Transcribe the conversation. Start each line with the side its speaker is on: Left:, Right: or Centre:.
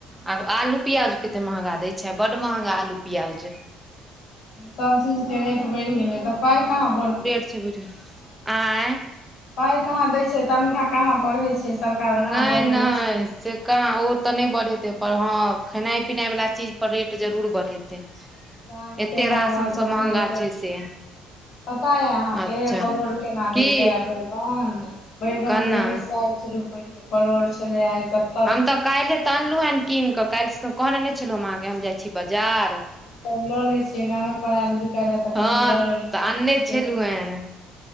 Centre: आ आलू प्याज कतेक महगा दै छै। बड्ड महँगा आलू प्याज
Left: सभ चीजके रेट बढ़ि गेलै तऽ पााय कहाँ बढ़।
Centre: चल बुझ आँय
Left: पाइ कहाँ दै छै, तनखाह कहाँ बढ़ैत छै, सरकार कहाँ
Centre: नहि
Left: बढ़बैत
Centre: नहि
Left: छै। तऽ
Centre: से काँ ओ तऽ नहि बढ़ेतै पर हँ, खेनाइ पिनाइ वला चीज पर रेट जरूर बढ़ेतै।
Left: अहाँके
Centre: एते
Left: महगा
Centre: राशन सब
Left: सब्जी
Centre: महगा
Left: एते
Centre: छै से
Left: पता य अहाँके
Centre: अच्छा
Left: परोड़ केना
Centre: की
Left: दै छै आ बैगन, बैगन
Centre: केना
Left: दे हे सा। ू परोर छलै आय सभ।
Centre: हम तऽ काल्हिे तऽ अनलहुँ हेँ कीन कऽ काल्हिसँ त कहनेने छलहुँ हम अहाँकेँ हम जाइ छी बाजार।
Left: तब लऽ लै छियै। गामे पर आयल बिकायल तऽ
Centre: हँ
Left: पनीर कनि लऽ लेलहु
Centre: तऽ
Left: बज़ार
Centre: आनने छलहुँ
Left: के ज़ाब
Centre: हेन